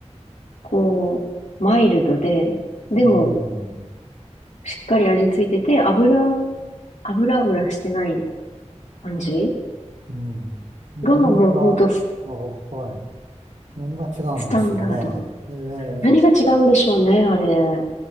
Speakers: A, on the left; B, on the right.
A: こう、マイルドで、でも
B: うん、
A: しっかり味ついてて、油、油油してない感じ
B: うん。何が、
A: がもうほんとス、
B: あ、はい。何が違うんでしょうね。
A: スタンダード。
B: ええ、
A: 何が違うんでしょうね、あれ。